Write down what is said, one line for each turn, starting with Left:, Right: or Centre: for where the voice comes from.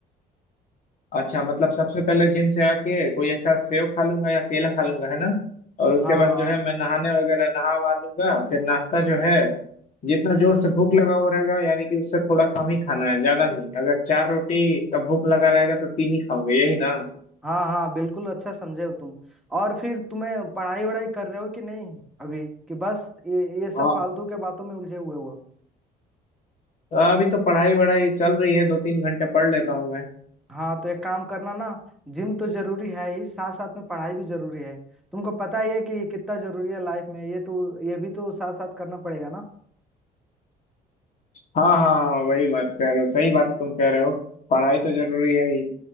Left: अच्छा मतलब सबसे पहले जिम से आके कोई अच्छा सेव खा लूंगा या केला खा लूंगा है ना और उसके
Centre: हाँ
Left: बाद
Centre: हाँ
Left: जो है मैं नहाने वगैरह नहा वहा लूंगा फिर नाश्ता जो है जितना जोर से भूख लगा हुआ रहेगा यानी कि उससे थोड़ा कम ही खाना है ज्यादा नहीं अगर चार रोटी का भूख लगा रहेगा तो तीन ही खाऊंगे यही ना
Centre: हाँ हाँ बिल्कुल अच्छा समझे हो तुम और फिर तुम्हें पढ़ाई वढ़ाई कर रहे हो कि नहीं अभी कि बस ये ये सब
Left: हाँ
Centre: फालतू के बातों में उलझे हुए हो
Left: तो अभी तो पढ़ाई वढ़ाई चल रही है दो तीन घंटे पढ़ लेता हूँ मैं
Centre: हाँ तो एक काम करना ना जिम तो जरूरी है ही साथ साथ में पढ़ाई भी जरूरी है तुमको पता ही है कि कितना जरूरी है लाइफ में ये तो ये भी तो साथ साथ करना पड़ेगा ना
Left: हाँ हाँ हाँ वही बात कह रहे हो सही बात तुम कह रहे हो पढ़ाई तो जरूरी है ही